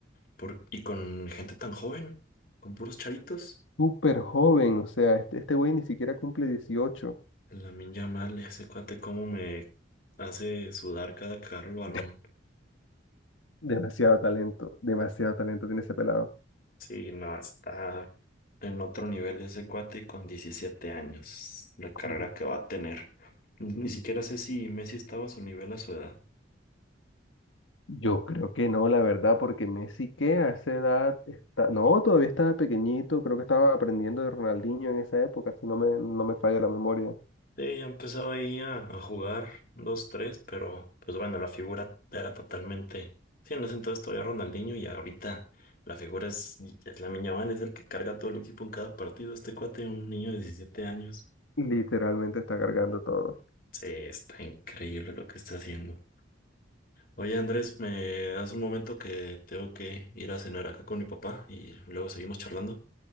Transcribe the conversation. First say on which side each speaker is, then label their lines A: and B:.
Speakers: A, on the left; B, on the left.
A: por, y con gente tan joven, con puros chavitos.
B: Súper joven, o sea, este, este güey ni siquiera cumple dieciocho
A: Lamine Yamal, ese cuate, cómo me hace sudar cada que agarra el balón.
B: <laughs> Demasiado talento, demasiado talento tiene ese pelado.
A: Sí, no, está en otro nivel ese cuate y con 17 años, la carrera
B: Ujú.
A: que va a tener. Ni ni
B: Mm,
A: siquiera sé si Messi estaba a su nivel a su edad.
B: Yo creo que no, la verdad, porque Messi que a esa edad está, no, todavía estaba pequeñito, creo que estaba aprendiendo de Ronaldinho en esa época, si no me, no me falla la memoria.
A: Sí, ya empezaba ahí a, a jugar dos, tres, pero pues bueno, la figura era totalmente... Sí, en ese entonces todavía Ronaldinho y ahorita la figura es, es Lamine Yamal, es el que carga todo el equipo en cada partido. Este cuate, un niño de 17 años.
B: Literalmente está cargando todo.
A: Sí, está increíble lo que está haciendo. Oye Andrés, me hace un momento que tengo que ir a cenar acá con mi papá y luego seguimos charlando.